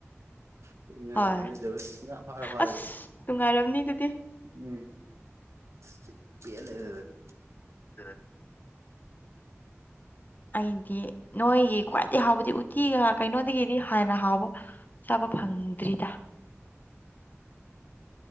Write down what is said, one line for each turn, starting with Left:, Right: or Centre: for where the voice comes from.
Right: ꯇꯣꯏꯅ
Left: ꯍꯣꯏ
Right: ꯂꯩꯕ ꯂꯩꯇꯕ ꯉꯥ ꯐꯥꯔ ꯐꯥꯔꯒ
Left: ꯑꯁ
Right: ꯑꯗꯨꯝ
Left: ꯅꯨꯡꯉꯥꯏꯔꯝꯅꯤ ꯑꯗꯨꯗꯤ
Right: ꯎꯝ ꯁꯤ ꯄꯦꯟꯂꯦ ꯑꯗꯨꯗꯗꯤ
Left: <unintelligible> ꯑꯩꯗꯤ ꯅꯣꯏꯒꯤ ꯈ꯭ꯋꯥꯏꯗꯩ ꯍꯥꯎꯕꯗꯤ ꯎꯠꯇꯤꯒ ꯀꯩꯅꯣꯗꯒꯤꯗꯤ ꯍꯦꯟꯅ ꯍꯥꯎꯕ ꯆꯥꯕ ꯐꯪꯗ꯭ꯔꯤꯗ